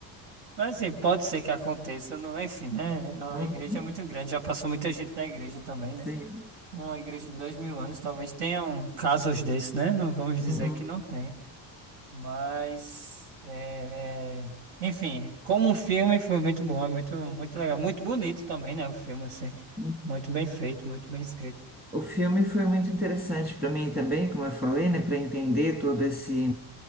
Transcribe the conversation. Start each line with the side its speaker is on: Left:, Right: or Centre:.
Right: Mas assim, pode ser que aconteça, não, enfim, né? A
Centre: Uhum,
Right: igreja é muito grande, já passou muita gente na igreja também, né?
Centre: sim.
Right: Uma igreja de dois mil anos talvez tenha um casos desses, né? Não vamos
Centre: Uhum.
Right: dizer que não tenha. Mas, é, é, enfim, como um filme foi muito bom, é muito, muito legal, muito bonito também, né? O filme, assim,
Centre: uhum.
Right: muito bem feito, muito bem escrito.
Centre: O filme foi muito interessante para mim também, como eu falei, né, para entender todo esse